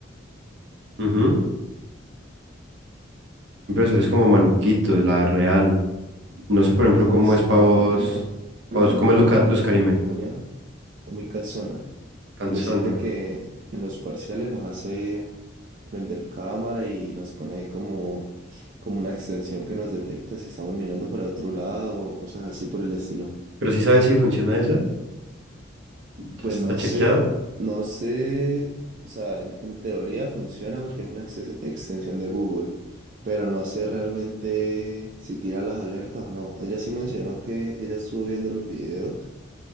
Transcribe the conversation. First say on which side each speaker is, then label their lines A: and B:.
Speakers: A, on the right (about 60°); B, on the right (about 45°).
A: Ujú. Hay es como maluquito la real. No sé, por ejemplo,
B: son
A: cómo
B: muy estrictas
A: es para
B: en
A: vos,
B: la materia, ¿no? La
A: pa' vos cómo
B: mía,
A: es Luca- Luz Carime,
B: la mía. es muy cansona.
A: Canzona.
B: Con decirte que en los parciales nos hace prender cámara y nos pone ahí como, como una extensión que nos detecta si estamos mirando para otro lado o cosas así por el estilo.
A: Pero sí sabes si funciona eso, ya
B: Pues
A: está
B: no
A: chequeado.
B: sé, no sé, o sea, en, en teoría funciona porque es una exes- extensión de Google, pero no sé realmente si tira las alertas o no. Ella sí mencionó que ella estuvo viendo los videos,